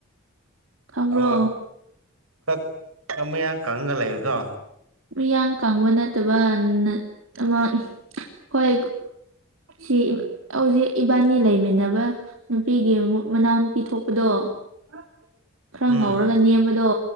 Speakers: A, on the right; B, on the right.
A: ꯈꯪꯕ꯭ꯔꯣ
B: ꯑꯃ ꯈꯛ ꯃꯌꯥꯡ ꯀꯪꯉꯒ ꯂꯩꯕꯗꯣ꯫
A: ꯃꯤꯌꯥꯡ ꯀꯪꯕ ꯅꯠꯇꯕ ꯑꯃ ꯈꯣꯏ ꯁꯤ ꯍꯧꯖꯤꯛ ꯏꯕꯥꯅꯤ ꯂꯩꯃꯤꯟꯅꯕ꯫ ꯅꯨꯄꯤꯒꯤ ꯑꯃꯨꯛ ꯃꯅꯥꯎ ꯅꯨꯨꯄꯤ ꯊꯣꯛꯄꯗꯣ <unintelligible> ꯈꯔ
B: ꯎꯝ
A: ꯉꯧꯔꯒ ꯅꯦꯝꯕꯗꯣ